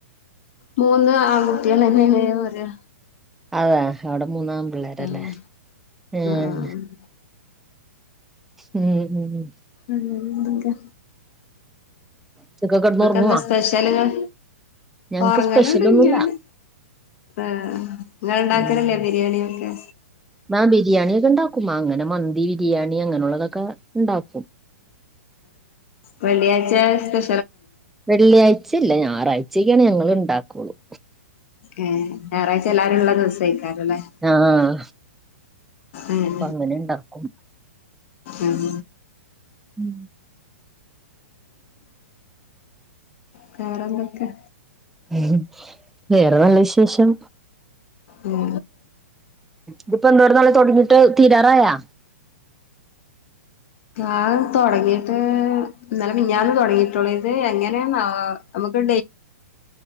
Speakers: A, on the left; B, in the centre.
A: മൂന്ന് ആൺകുട്ടിയാലന്നെ പറയാ
B: അതാ അവിടെ മൂന്നാ പിള്ളേരല്ലേ
A: ആഹ്
B: ഉം
A: ആഹ്
B: ഉം ഉം ഉ
A: നിങ്ങൾക്ക്
B: ഇതൊക്കെ കിടന്ന് ഉറങ്ങുവാ
A: എന്താ സ്പെഷ്യൽിങ്ങൾ
B: ഞങ്ങക്ക്
A: പറങ്കാലോണ്ടന്നാന്
B: സ്പെഷ്യൽ ഒന്നുമില്ല
A: ആ ഇങ്ങള് ഉണ്ടാക്കല്
B: ഉം
A: ല്ലേ ബിരിയാണിയ ഒക്കെ
B: ആ ബിരിയാണിയ ഒക്കെ ഉണ്ടാക്കും അങ്ങനെ മന്തി ബിരിയാണി അങ്ങനെയുള്ളതൊക്കെ ഇ ണ്ടാക്കും.
A: വെള്ളിയാഴ്ച സ്പെ
B: വെള്ളിയാഴ്ച ഇല്ല ഞായറാഴ്ചക്കാണ് ഞങ്ങള് ഇണ്ടാക്കുള്ളൂ
A: ഏ ഞായറാഴ്ച എല്ലാരും ഉള്ള ദിവസേക്കാരല്ലേ
B: ആഹ്
A: ഉം
B: അപ്പൊ അങ്ങനെ ഉണ്ടാക്കും
A: ഉം
B: ഉം
A: വേറെന്തൊക്കെ
B: ഉം വേറെ നല്ല വിശേഷം
A: ഉം
B: ഇതിപ്പോ എന്തോര് നാള തുടങ്ങിട്ട് തീരാറായാ
A: ആ തൊടങ്ങീട്ട് ഇന്നലെ മിഞ്ഞാന്ന് തൊടങ്ങിട്ടുള്ളൂ ഇത് എങ്ങനെയാണാവോ നമുക്ക്